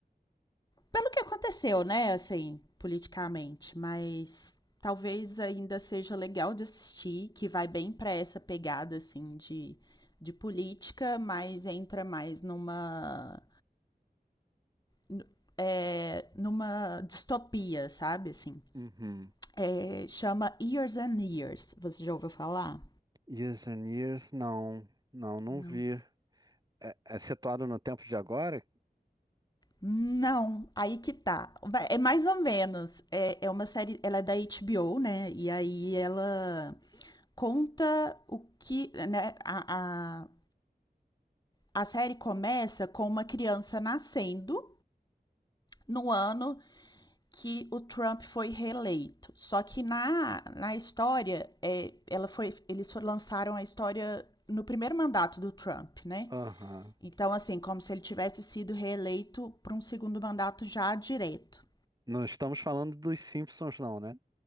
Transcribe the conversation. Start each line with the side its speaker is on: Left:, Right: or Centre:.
Left: pelo que aconteceu, né, assim, politicamente, mas talvez ainda seja legal de assistir, que vai bem pra essa pegada, assim, de, de política, mas entra mais numa n- é, numa distopia, sabe? Assim,
Right: Uhum.
Left: É, chama Years and Years. Você já ouviu falar?
Right: Years and Years, não, não, não
Left: Não.
Right: vi. É, é situado no tempo de agora?
Left: Não, aí que tá. Vai- É mais ou menos. É, é uma série, ela é da HBO, né? E aí ela conta o que, né? A, a, a série começa com uma criança nascendo no ano que o Trump foi reeleito. Só que na, na história, é, ela foi, eles lançaram a história no primeiro mandato do Trump, né?
Right: Aham.
Left: Então, assim, como se ele tivesse sido reeleito para um segundo mandato já direto.
Right: Não estamos falando dos Simpsons, não, né?